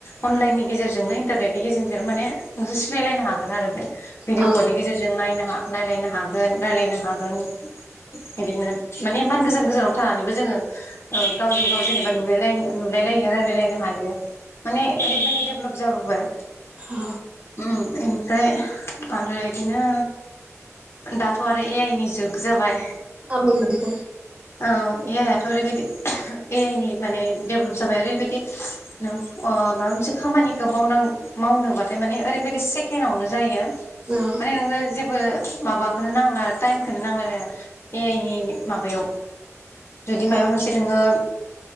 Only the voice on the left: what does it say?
अनलाइननि गेजेरजोंनो इटारनेटनि गेजेर माने नोंसोर सिनायलायनो हागोन आरो बे भिडिअ
कलनि गेजेरजों नायनो हा नायलायनो हागोन रायलायनो हागोन बिदिनो माने इमान गोजान गोजानाव थानानैबो जोङो गावजों गाव जेनेबा नुलाय नुलायलायो रायलायलायनो हायो। माने ओरैबायदि देबलब जाबोबाय।
उम इनिफ्राय आरो इदिनो दाथ' आरो ए आइ नि जुग जाबाय
औ ए आइआथ' ओरैबायदि ए आइ नि माने डेभलप जाबाय ओरैबायदि नों अ माबा मोनसे खामानिखौ मावन मावनो होनबाथाय माने ओरैबायाददि सेकेणडआवनो जायो।
माने नोङो बो माबाखौनो नांला टाइम खौनो नांलायलाया ए आइनि माबायाव जुदि माबा
मोनसे नोङो